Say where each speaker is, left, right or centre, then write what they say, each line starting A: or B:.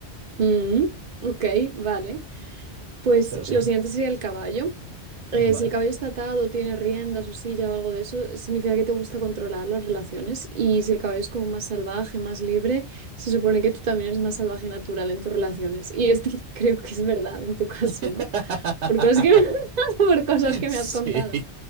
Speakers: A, on the right (about 50°); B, on the right (about 75°).
A: ujú. Ok, vale. Pues
B: Pero sí,
A: lo siguiente sería el caballo. Eh,
B: vale.
A: si el caballo está atado, tiene riendas o silla o algo de eso, significa que te gusta controlar las relaciones. Y si el caballo es como más salvaje, más libre, se supone que tú también eres más salvaje y natural en tus relaciones. Y esto <laughs> creo que es verdad en tu caso,
B: <laughs>
A: ¿no? Por cosas que me, <laughs> por cosas que
B: Sí,
A: me has contado.